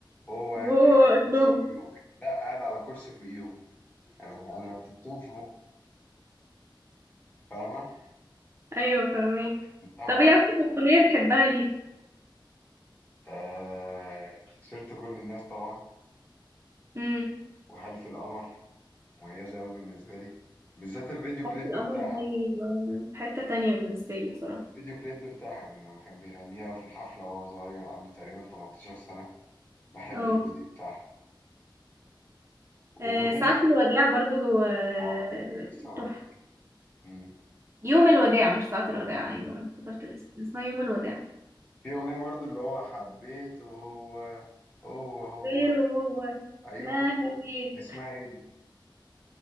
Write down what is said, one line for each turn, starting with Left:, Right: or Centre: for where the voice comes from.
Left: هو قاعد
Right: وهو
Left: إيه على
Right: ابنهم
Left: كرسي فوقيهم كده لا قاعد على كرسي فوقيهم يعني انا أنا رتبتهم في مخي فاهمه
Right: ايوه فاهمك
Left: كنت هلعب
Right: طب ايه اكتر اغنية بتحبها ليه
Left: آه... خسرت كل الناس طبعا
Right: امم
Left: وحلف القمر مميزة أوي بالنسبة لي بالذات الفيديو
Right: حاجة
Left: كليب
Right: القمر
Left: بتاعها
Right: دي آه، في حتة تانية بالنسبة لي بصراحة
Left: الفيديو كليب بتاعها لما كان بيغنيها في الحفلة وهو صغير عنده تقريبا 18 سنة بحب
Right: اه
Left: الفيديو بتاعها وأغنية
Right: آه، ساعة الوداع برضو آه،
Left: آه كنت لسه أقول
Right: تحفة
Left: لك مم.
Right: يوم الوداع مش ساعة الوداع أيوة أنا افتكرت الاسم اسمها يوم الوداع
Left: في أغنية برضو اللي هو حبيته هو هو هو
Right: غير وهو
Left: أيوه
Right: ما نبيت
Left: اسمها إيه دي؟